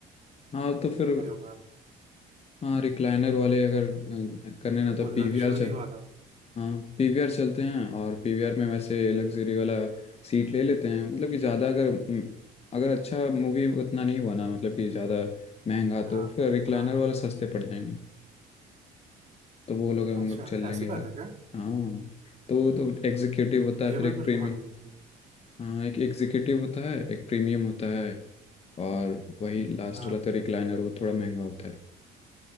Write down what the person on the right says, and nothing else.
नहीं हूँ मैं
वो लग्जरी
वाला
हाँ
हाँ
अच्छा
ऐसी
बात है क्या
ये
बात
मेरे
को मालूम नहीं थी
हाँ